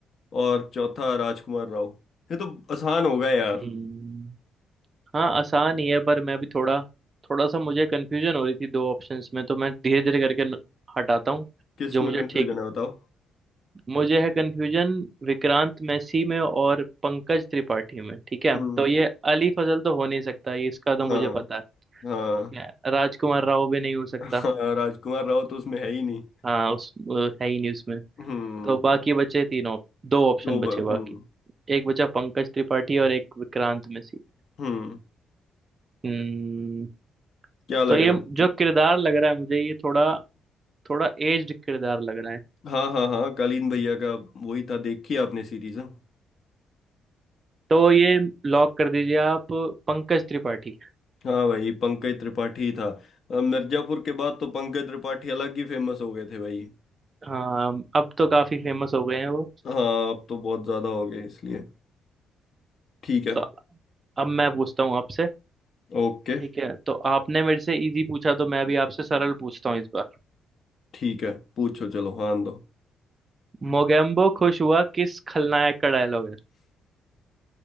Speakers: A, on the left (about 55°); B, on the right (about 35°).
A: और चौथा राजकुमार राव ये तो आसान होगा यार
B: हम्म, हाँ आसान ही है पर मैं भी थोड़ा थोड़ा सा मुझे कंफ्यूजन हो रही थी दो ऑप्शंस में तो मैं धीरे धीरे करके न- हटाता हूँ
A: किस
B: जो
A: में
B: मुझे
A: कंफ्यूजन
B: ठीक
A: है बताओ
B: मुझे है कंफ्यूजन विक्रांत मैसी में और पंकज त्रिपाठी में ठीक है
A: हम्म
B: तो ये अली फजल तो हो नहीं सकता ये इसका तो मुझे
A: हाँ
B: पता है
A: हाँ
B: ठीक है राजकुमार राव भी नहीं हो सकता
A: हाँ राजकुमार राव तो उसमें है ही नहीं
B: हाँ उस वो है ही नहीं उसमें
A: हम्म
B: तो बाकी बचे तीन ऑप दो ऑप्शन
A: दो
B: बचे
A: बार
B: बाकी
A: हम्म
B: एक बचा पंकज त्रिपाठी और एक विक्रांत मैसी
A: हम्म
B: हम्म
A: क्या लग
B: तो ये
A: रहा
B: जो किरदार लग रहा है मुझे ये थोड़ा थोड़ा एज्ड किरदार लग रहा है
A: हाँ हाँ हाँ कालीन भैया का वही था देखी आपने सीरीज हाँ
B: तो ये लॉक कर दीजिए आप पंकज त्रिपाठी
A: हाँ भाई पंकज त्रिपाठी था अ, मिर्जापुर के बाद तो पंकज त्रिपाठी अलग ही फेमस हो गए थे भाई
B: हाँ अब तो काफी फेमस हो गए हैं वो
A: हाँ अब तो बहुत ज्यादा हो गए इसलिए ठीक है
B: तो अब मैं पूछता हूँ आपसे
A: ओके
B: ठीक है तो आपने मेरे से इजी पूछा तो मैं भी आपसे सरल पूछता हूँ इस बार
A: ठीक है पूछो चलो हाँ दो
B: मोगेम्बो खुश हुआ किस खलनायक का डायलॉग है